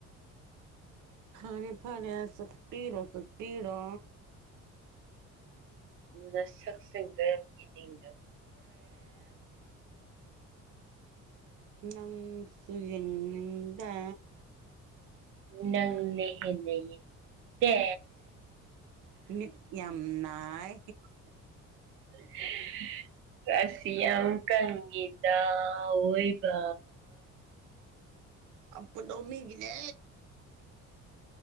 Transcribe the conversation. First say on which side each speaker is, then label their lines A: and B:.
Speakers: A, on the right; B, on the right.
A: ꯐꯔꯦ ꯐꯔꯦ ꯆꯠꯕꯤꯔꯣ ꯆꯠꯕꯤꯔꯣ
B: ꯅꯁꯛꯁꯤꯡꯗꯣ ꯌꯦꯡꯅꯤꯡꯗ꯭ꯔꯦ
A: ꯅꯪꯁꯨ ꯌꯦꯡꯅꯤꯡꯗꯦ
B: ꯅꯪꯅ ꯍꯦꯟꯅ ꯌꯦꯡꯇꯦ
A: ꯃꯤꯠ ꯌꯥꯝ ꯅꯥꯏ
B: <unintelligible> ꯔꯥꯁꯤ ꯌꯥꯝ ꯀꯪꯉꯤꯗ ꯑꯑꯣꯏꯕ
A: ꯄꯨꯅꯃꯤꯒꯤꯅꯦ